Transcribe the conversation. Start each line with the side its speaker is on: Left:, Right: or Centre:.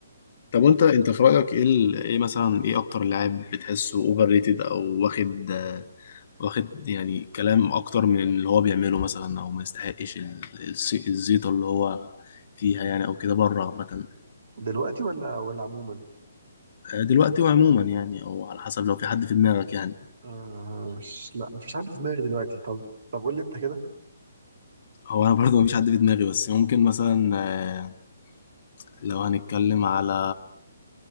Left: طب وانت انت في رايك ايه ال... ايه مثلا ايه اكتر لاعب بتحسه اوفر ريتد او واخد آه، واخد يعني كلام اكتر من اللي هو بيعمله مثلا او ما يستحقش ال... الس- الزيطه اللي هو فيها يعني او كده بره عامه
Right: دلوقتي ولا ولا عموما
Left: آه، دلوقتي وعموما يعني او على حسب لو في حد في دماغك يعني
Right: آه مش لا مش عارف في دماغي دلوقتي طب طب قول لي أنت كده
Left: هو انا برضه مفيش حد في دماغي بس ممكن مثلا آه، لو هنتكلم على